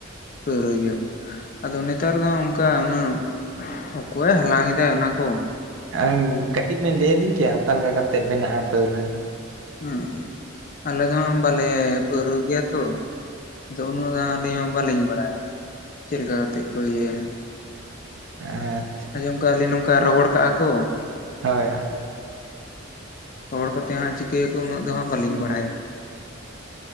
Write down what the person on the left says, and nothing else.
ᱯᱟᱹᱣᱨᱟᱹᱭ ᱜᱮᱭᱟ ᱠᱚ ᱟᱫᱚ ᱱᱮᱛᱟᱨ ᱫᱚ ᱚᱱᱠᱟ ᱩᱱᱟᱹᱜ ᱚᱠᱚᱭᱮ ᱦᱟᱞᱟᱝ ᱮᱫᱟ ᱚᱱᱟ ᱠᱚ
ᱚᱸᱻ ᱟᱞᱮ ᱫᱚ ᱦᱟᱸᱜ ᱵᱟᱞᱮ ᱯᱟᱹᱣᱨᱟᱹ ᱜᱮᱭᱟ ᱛᱚ ᱟᱫᱚ ᱩᱱᱟᱹᱜ ᱫᱚ ᱦᱟᱸᱜ ᱟᱹᱞᱤᱧ ᱦᱚᱸ ᱵᱟᱹᱞᱤᱧ ᱵᱟᱲᱟᱭᱟ ᱪᱮᱫ ᱞᱮᱠᱟ ᱠᱟᱛᱮᱫ ᱠᱚ ᱤᱭᱟᱹᱭᱟ?
ᱟᱡᱚᱢ ᱠᱟᱜ ᱟᱹᱞᱤᱧ ᱱᱚᱝᱠᱟ ᱨᱚᱦᱚᱲ ᱠᱟᱜᱼᱟ ᱠᱚ
ᱨᱚᱦᱚᱲ ᱠᱟᱛᱮ ᱦᱟᱸᱜ ᱪᱤᱠᱟᱹᱭᱟᱠᱚ ᱩᱱᱟᱹᱜ ᱫᱚ ᱦᱟᱸᱜ ᱵᱟᱹᱞᱤᱧ ᱵᱟᱲᱟᱭᱟ